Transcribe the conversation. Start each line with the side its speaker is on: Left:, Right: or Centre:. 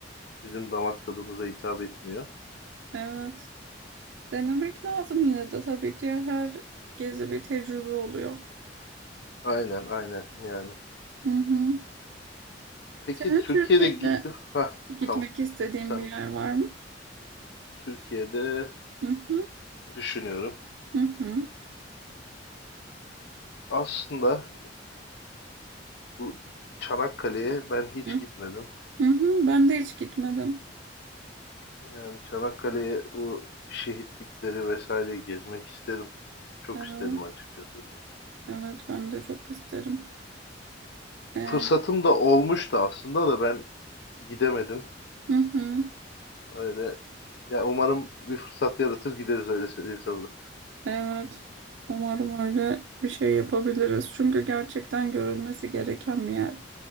Left: Bizim damak tadımıza hitap etmiyor.
Right: Evet. Denemek lazım yine de tabii ki her gezi bir tecrübe oluyor.
Left: Aynen aynen yani.
Right: Hı hı.
Left: Peki
Right: Senin
Left: Türkiye'de
Right: Türkiye'de
Left: git ha
Right: Gitmek
Left: tamam.
Right: istediğim
Left: Sen
Right: bir
Left: bana.
Right: yer var mı?
Left: Türkiye'de
Right: Hı hı
Left: düşünüyorum.
Right: hı hı
Left: Aslında Bu Çanakkale'ye ben hiç
Right: hı
Left: gitmedim.
Right: hı. hı. Ben de hiç gitmedim.
Left: Yani Çanakkale'ye bu şehitlikleri vesaire gezmek isterim. Çok
Right: Evet,
Left: isterim açıkçası.
Right: evet ben de çok isterim. Ee,
Left: Fırsatım da olmuştu aslında da ben gidemedim.
Right: hı hı.
Left: Öyle ya umarım bir fırsat yaratır gideriz öyle söyleyeyim sana.
Right: Evet. Umarım öyle bir şey yapabiliriz. Çünkü gerçekten görülmesi gereken bir yer.